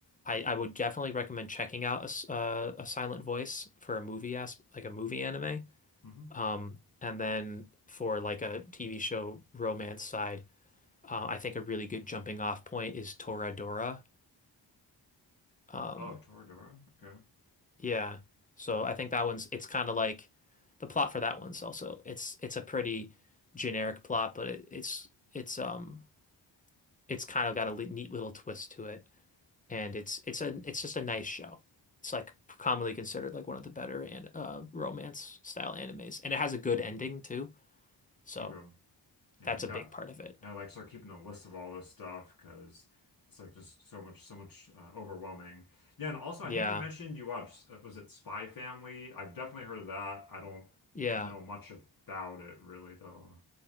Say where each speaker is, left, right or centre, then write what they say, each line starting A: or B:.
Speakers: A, on the left; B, on the left.
A: I, I would definitely recommend checking out a, s- uh, a Silent Voice for a movie as like a movie anime,
B: hmm
A: um, and then for like a TV show romance side, uh, I think a really good jumping off point is Toradora. Um,
B: Oh, Toradora. Okay,
A: Yeah. So I think that one's it's kind of like the plot for that one's also it's it's a pretty generic plot, but it, it's it's um it's kind of got a li- neat little twist to it, and it's it's a it's just a nice show. It's like commonly considered like one of the better and uh, romance style animes, and it has a good ending too. So
B: okay. And
A: that's
B: I got,
A: a big part of it.
B: and I like start keeping a list of all this stuff because it's like just so much, so much uh, overwhelming. Yeah, and also
A: Yeah,
B: I think you mentioned you watched, uh, was it Spy Family? I've definitely heard of that. I don't
A: yeah,
B: know much about it really though.